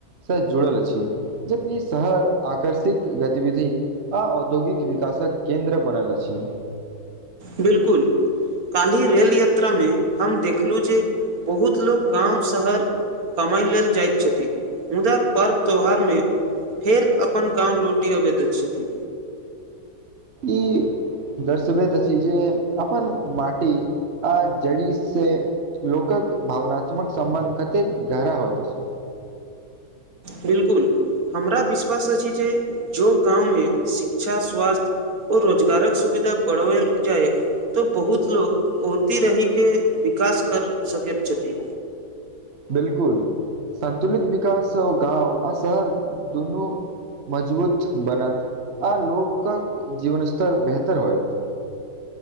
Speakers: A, on the right (about 45°); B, on the right (about 65°).
A: स जुड़ल अछि जबकि शहर आकर्षिक गतिविधि आ औद्योगिक विकासक केन्द्र बनल अछि
B: बिल्कुल काल्हि रेल यात्रामे हम देखलौ जे बहुत लोक गाँव शहर कमाय लेल जाइत छथि मुदा पर्व त्योहार मे फेर अपन गाँव लौटि अबैत छथि।
A: ई। दर्शबैत छी जे अपन माटी आ जड़ि से। लोकक भावनात्मक सम्बन्ध कतेक गहीर होइ छै।
B: बिल्कुल, हमरा विश्वास अछि जे गाँवमे शिक्षा, स्वास्थ्य ओ रोजगारक सुविधा बढ़ैत जाइ। तऽ बहुत लोक ओतहि रहि के विकास कऽ सकै छथि।
A: बिल्कुल, संतुलित विकास गाँव आ शहर दुनू। मजबूत बनत आ लोकक जीवन स्तर बेहतर होयत।